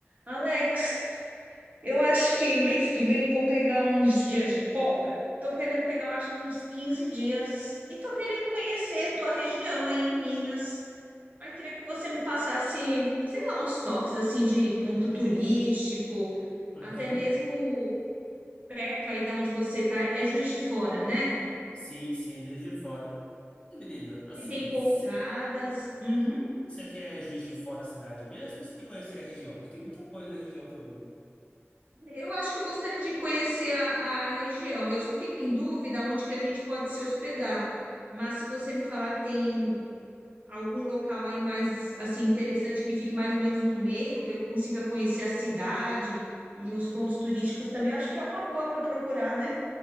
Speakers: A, on the right (about 35°); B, on the left (about 25°).
A: Alex, eu acho que mês que vem vou pegar uns dias de folga. Tô querendo pegar, eu acho que uns 15 dias. E tô querendo conhecer tua região aí em Minas. Mas queria que você me passasse, sei lá, uns toques assim de ponto turístico,
B: Aham.
A: até mesmo perto aí da onde você tá, é Juiz de Fora, né?
B: Sim, sim, é Juiz de Fora. E, menina, assim,
A: Se tem pousadas.
B: você
A: Uhum.
B: quer Juiz de Fora a cidade mesmo ou você quer conhecer a região? Porque tem muita coisa na região também.
A: Eu acho que eu gostaria de conhecer a, a região. Eu só fico em dúvida onde que a gente pode se hospedar. Mas se você me falar que tem algum local aí mais assim interessante que fique mais ou menos no meio, que eu consiga conhecer a cidade e os pontos turísticos também, eu acho que é uma boa para eu procurar, né?